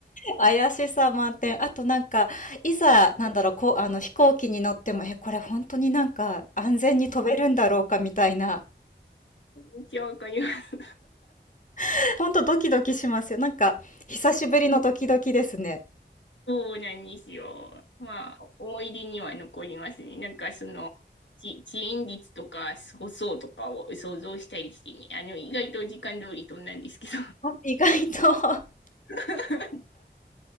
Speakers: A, on the left; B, on the left.
A: 怪しさ満点。あとなんか、いざ、なんだろう、こう、あの、飛行機に乗っても、え、これ本当になんか、安全に飛べるんだろうか、みたいな。
B: めっちゃわかります。
A: <laughs> 本当ドキドキしますよ。なんか、久しぶりのドキドキですね。
B: そうなんですよ。まあ、思い出には残りますね。なんかその、ち遅延率とかすごそうとかを想像したりしてね。あの、意外と時間通り飛んだんですけど。
A: あ意外と <laughs>
B: <laughs>